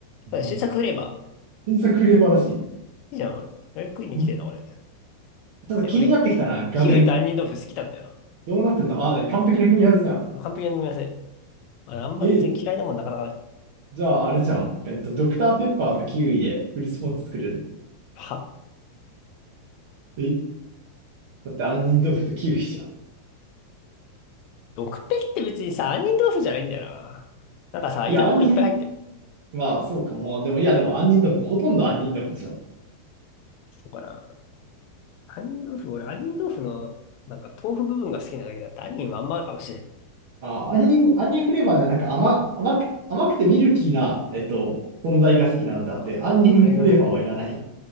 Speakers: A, on the right; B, on the left.
A: うん
B: 新作フレーバ
A: 新作フレーバーらし
B: ー。いいじゃん、俺。あれ食いに来てるな、
A: い。
B: 俺。
A: ちょっと気になってきたな、
B: え、俺、
A: 俄然。
B: キウイと杏仁豆腐好きなんだよ
A: どうなってんのあ、完璧な組み合わせじゃん。
B: な。完璧な組み合わせ。あれあんま別に嫌いなもんなかなかない。
A: え、じゃああれじゃん。えっと、ドクターペッパーとキウイでフルスポンジ作れるの。
B: は
A: え、だって杏仁豆腐とキウイじゃん。
B: 毒ペリって別にさ、杏仁豆腐じゃないんだよな。なんかさ、
A: いや、
B: いらんもんいっぱい入ってる。
A: 杏仁、まあそうかも。でも、いや、でも杏仁豆腐、ほとんど杏仁豆腐でしょ。
B: そうかな。杏仁豆腐、俺、杏仁豆腐の、なんか豆腐部分が好きなだけだって、杏仁はあんまかもしれん。
A: あ、杏仁、杏仁フレーバーではなんか甘、甘く、甘くてミルキーな、えっと、存在が好きなのであって、
B: あの、
A: 杏仁フレーバーはいらない。
B: あれが、